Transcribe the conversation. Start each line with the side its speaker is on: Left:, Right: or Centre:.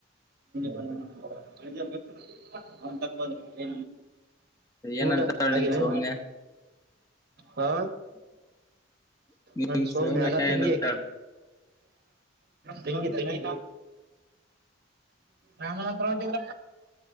Right: ಬಂದ ಹ ಗೊತ್ತಿಲ್ಲ ಅವನ್ ತಕ್ಬೋದ್ರ ಏ
Left: ಏನಂತಾಳ
Right: ಊಟ ಹಾಗಿದೆ
Left: ನಿಮ್ ಸೌಮ್ಯ
Right: ಹಾ ನನ್
Left: ನಿಮ್
Right: ಸೋಮನೆ
Left: ಸೌಮ್ಯ
Right: ಹಲ ತೆಂಗಿ
Left: ಏನಂತಾಳ
Right: ಹಾಕಿ ತೆಂಗಿ ತೆಂಗಿ ರಾಮನಂತರ ಚಂದ್ರ